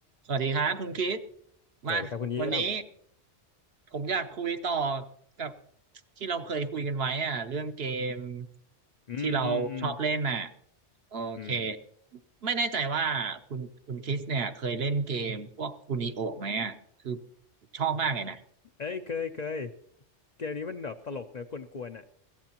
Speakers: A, on the right; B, on the left.
A: สวัสดีครับคุณคิด
B: สวัสดีครับคุณเยี่ยม
A: มาวันนี้ผมอยากคุยต่อกับที่เราเคยคุยกันไว้อ่ะเรื่องเกม
B: อืมอืมอืม
A: ที่เราชอบเล่นน่ะโอเค
B: อืม
A: ไม่แน่ใจว่าคุณคุณคิสเนี่ยเคยเล่นเกมพวกคูนิโอไหมอ่ะคือชอบมากเลยนะ
B: เอ้ยเคยเคยเกมนี้มันแบบตลกเนอะกวนๆอ่ะ